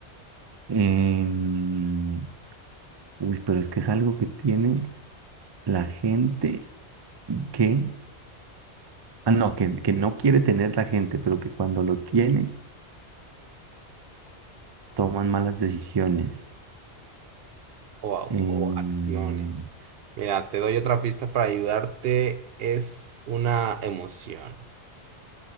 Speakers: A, on the right (about 45°); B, on the right (about 65°).
A: Em, uy, pero es que es algo que tiene la gente y que, ah, no, que, que no quiere tener la gente, pero que cuando lo tiene, toman malas decisiones.
B: O,
A: Em,
B: o acciones. Mira, te doy otra pista para ayudarte. Es una emoción.